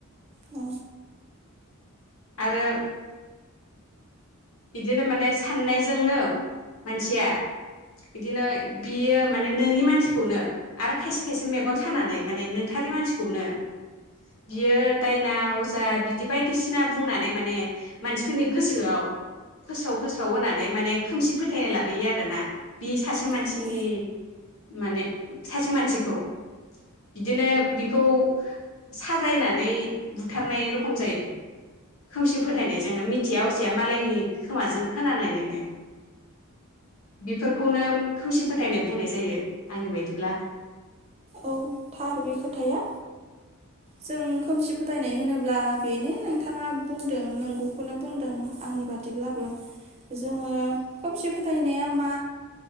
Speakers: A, on the right (about 30°); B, on the left (about 75°).
A: औ
B: आरो इदिनो माने सान्नायजोंनो मानसिया इदिनो बियो माने नोङि मानसिखौनो आरो खायसे खायसे मेगन सानानै माने नोंथारि मानसिखौनो बियो दायना अजा बिदि बायदिसिना बुंनानै माने मानसिफोरनि गोसोआव फोस्राव फोस्राव होनानै माने खोमसि फोथायनाय लाबोयो आरोना। बि सासे
A: नंगौ
B: मानसिनि माने सासे मानसिखौ बिदिनो बिखौ साजायनानै बुथारनाय रखम जायो। खोमसि फोथायनायजोंनो मिथिया असिया मालायनि खोमाजों खोनानायनैनो। बेफोर खौनो खोमसि फोथायनाय बुंनाय जायो आंनि बायदिब्ला।
A: ओउ थार बे खोथाया। जों खोमसि फोथायनाय होनोब्ला बेनो नोंथाङा बुंदों नंगौखौनो बुंदों आंनि बादिब्लाबो जोङो ओ खोमसि फोथायनाय माया मा